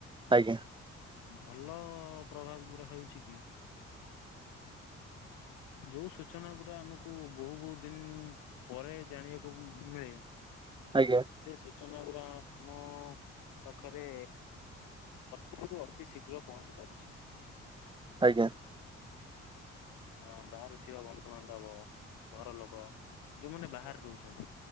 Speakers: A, on the right (about 15°); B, on the left (about 85°).
A: ଆଜ୍ଞା।
B: ଭଲ ପ୍ରଭାବ ଗୁରା ହଉଛି କି? ଯୋଉ ସୂଚନା ଗଡା ଆମକୁ ବହୁ ବହୁତ ଦିନ ପରେ ଜାଣିବାକୁ ମିଳେ।
A: ଆଜ୍ଞା।
B: ସେ ସୂଚନା ଗୁଡା ଆମ ପାଖରେ। ଯେହେତୁ ଅତି ଶୀଘ୍ର ପହଞ୍ଚି ପାରୁଛି।
A: ଆଜ୍ଞା।
B: ହଁ ବାହାରେ ଥିବା ବନ୍ଧୁବାନ୍ଧବ ଘର ଲୋକ। ଯୋଉମାନେ ବାହାରେ ରହୁଛନ୍ତି